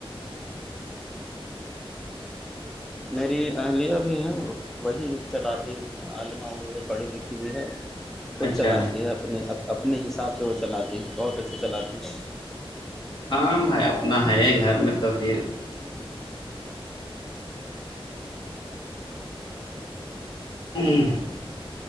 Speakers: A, in the centre; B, on the left.
A: میری اہلیہ بھی ہے وہی چلاتی بھی عالمہ ہوئی ہے پڑھی لکھی بھی ہے خود
B: اچھا
A: چلاتی ہے اپنے اپنے حساب سے وہ چلاتی ہے بہت اچھا چلاتی ہے
B: کام ہے اپنا ہے گھر میں تو پھر
A: ہوں <unintelligible>
B: ہوں <unintelligible>